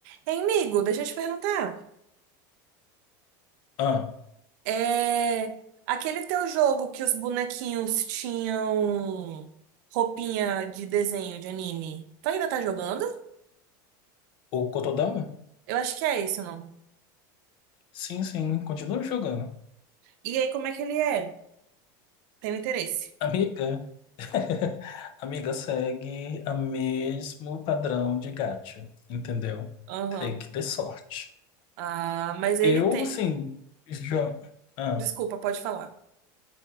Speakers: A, on the right (about 65°); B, on the left (about 50°).
A: Hein, amigo, deixa eu te perguntar.
B: Ah,
A: É... Aquele teu jogo que os bonequinhos tinham roupinha de desenho de anime, tu ainda tá jogando?
B: o Cotodama?
A: Eu acho que é esse o nome.
B: Sim, sim, continua jogando.
A: E aí, como é que ele é? Tenho interesse.
B: Amiga, <laughs> amiga segue o mesmo padrão de gacha, entendeu?
A: Aham.
B: Tem que ter sorte.
A: Ah, mas ele
B: Eu,
A: tem.
B: assim, já... Ah,
A: Desculpa, pode falar.